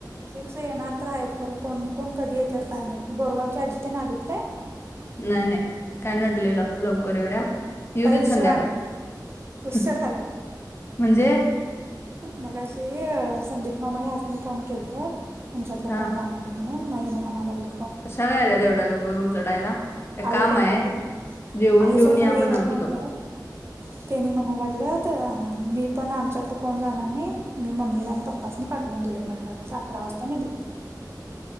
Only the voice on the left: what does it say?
नाही नाही काय नटलंय ल लवकर एवढ्या येऊ
देत
संध्याकाली
म्हणजे
हा
कशाला यायला तेवढ्या लोकं र उजडायला
काम
आहे
जेऊन
बेऊन
या म
नव्हती
गप